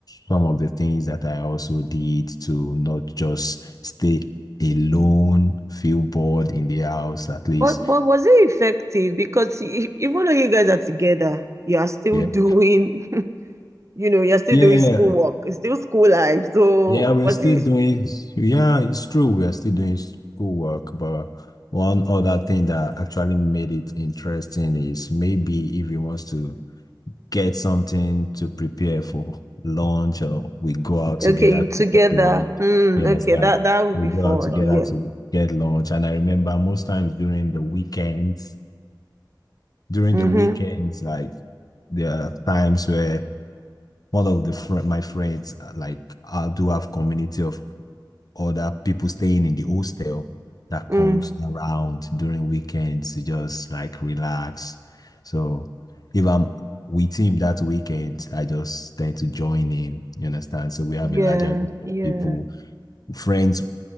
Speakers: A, on the left (about 50°); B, on the right (about 40°).
A: some of the things that I also did to not just stay alone, feel bored in the house at least.
B: But but was it effective? Because e- e, even though you guys are together, you are still
A: Yeah.
B: doing, <laughs> you know, you're still
A: Yeah,
B: doing
A: yeah,
B: schoolwork.
A: yeah.
B: It's still school life. So
A: Yeah, we're
B: was
A: still
B: it
A: doing, yeah, it's true. We are still doing schoolwork, but one other thing that actually made it interesting is maybe if he wants to get something to prepare for lunch, or we go out together
B: okay together?
A: to get lunch.
B: Mm,
A: You understand?
B: okay, that that would
A: We
B: be
A: go
B: fun.
A: out together
B: Yeah.
A: to get lunch. And I remember most times during the weekends, during
B: Mm-hmm.
A: the weekends, like there are times where one of the fr my friends, uh, like I do have community of other people staying in the hostel that
B: Mm.
A: comes around during weekends to just like relax. So if I'm with him that weekend, I just tend to join him. You understand? So we have
B: Yeah,
A: a larger group
B: yeah.
A: of people, friends